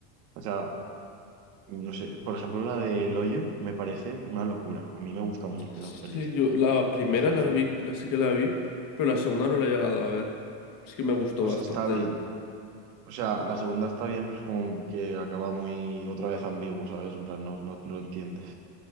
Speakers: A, on the right; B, on the left.
A: O sea, no sé, por ejemplo, la de el hoyo me parece una locura. A mí me gustan mucho
B: Sí,
A: esas pelis,
B: yo la primera
A: las dos.
B: la vi, la sí que la vi, pero la segunda no la he llegado a ver. Es que me gustó
A: Pues
B: bastante.
A: está bien. O sea, la segunda está bien, pero es como que acaba muy otra vez ambiguo, ¿sabes? En plan, no, no, no lo entiendes.